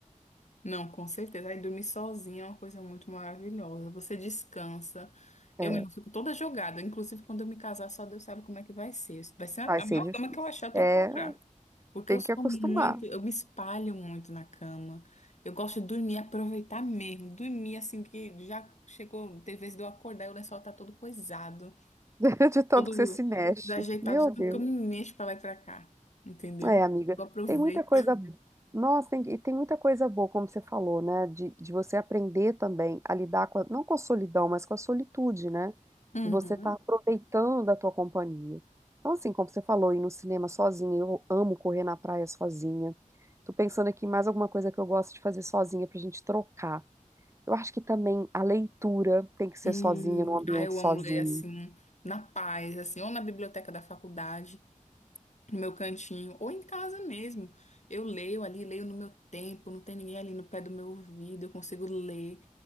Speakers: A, on the left (about 60°); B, on the right (about 20°).
A: Não, com certeza. Aí dormir sozinha é uma coisa muito maravilhosa. Você descansa.
B: É.
A: Eu mesmo fico toda jogada. Inclusive, quando eu me casar, só Deus sabe como é que vai ser. Vai ser a
B: Vai
A: a
B: ser
A: maior
B: difícil.
A: cama que eu achar, eu tenho
B: É,
A: que comprar. Porque
B: tem
A: eu sou
B: que acostumar,
A: muito, eu me espalho muito na cama. Eu gosto de dormir, aproveitar mesmo. Dormir assim que já chegou, tem vezes de eu acordar e o lençol tá todo coisado.
B: <laughs> de tanto
A: todo
B: que você se mexe.
A: desajeitado,
B: Meu
A: de tanto
B: Deus.
A: que eu me mexo pra lá e pra cá, entendeu?
B: É, amiga,
A: Eu aproveito.
B: tem muita coisa. Nossa, tem, e tem muita coisa boa, como você falou, né? De, de você aprender também a lidar com, a- não com a solidão, mas com a solitude, né?
A: Uhum.
B: De você estar aproveitando a tua companhia. Então, assim, como você falou, ir no cinema sozinha, eu amo correr na praia sozinha. Tô pensando aqui em mais alguma coisa que eu gosto de fazer sozinha pra gente trocar. Eu acho que também a leitura tem que ser
A: Hum,
B: sozinha, num ambiente
A: ah, eu
B: sozinho.
A: amo ler assim, na paz, assim, ou na biblioteca da faculdade, no meu cantinho, ou em casa mesmo. Eu leio ali, leio no meu tempo, não tem ninguém ali no pé do meu ouvido, eu consigo ler